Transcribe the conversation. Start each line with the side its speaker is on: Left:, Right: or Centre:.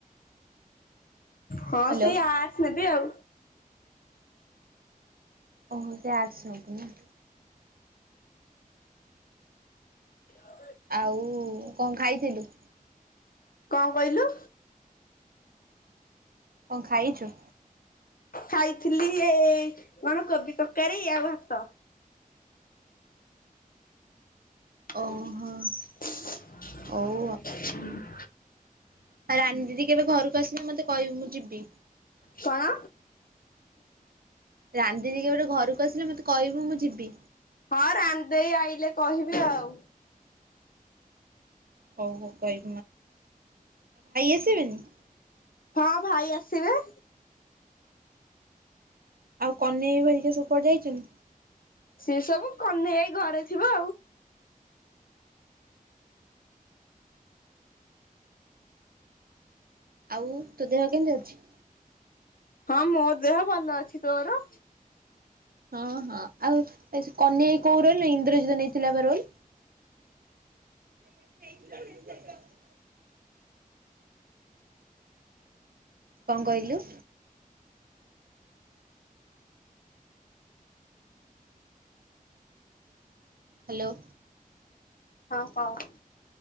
Left: ହଁ
Right: ହ୍ୟାଲୋ
Left: ସେଇ ଆର୍ଟସ୍ ନେବି ଆଉ।
Right: ଓହୋ ସେଇ ଆର୍ଟସ୍ ନୋବୁ ନା।
Left: ଆ
Right: ଆଉ କଣ ଖାଇଥିଲୁ?
Left: କଣ କହିଲୁ?
Right: କଣ ଖାଇଚୁ?
Left: ଖାଇଥିଲି ଏଇ କଣ କୋବି ତରକାରୀ ଆଉ ଭାତ। ହୁଁ।
Right: ଓହୋ। ହଉ ଆଉ ରାଣୀ ଦିଦି କେବେ ଘରକୁ ଆସିଲେ ମତେ କହିବୁ ମୁଁ ଯିବି।
Left: କଣ?
Right: ରାନ୍ଧି ଯିକି ଗୋଟେ ଘରକୁ ଆସିଲେ ମତେ କହିବୁ ମୁଁ ଯିବି।
Left: ହଁ ରାନ୍ଧେଇ ଆଇଲେ କହିବି ଆଉ।
Right: ଆଉ ଭାଇ ଆସିବେନି।
Left: ହଁ ଭାଇ ଆସିବେ।
Right: ଆଉ କନେଇ ବି ଭରିକା ସବୁ କୁଆଡେ ଯାଇଛନ୍ତି।
Left: ସେ ସବୁ କନେଇ ଆଇ ଘରେ ଥିବ ଆଉ।
Right: ଆଉ ତୋ ଦେହ କେମିତି ଅଛି?
Left: ହଁ ମୋ ଦେହ ଭଲ ଅଛି। ତୋର।
Right: ହଁ ହଁ ଆଉ କନେଇ ଆଇ କୋଉ ରୋଲ ଇନ୍ଦ୍ରଜୁତ ନେଇଥିଲା ପା ରୁମ। <unintelligible> କଣ କହିଲୁ? ହ୍ୟାଲୋ।
Left: ହଁ ହଁ।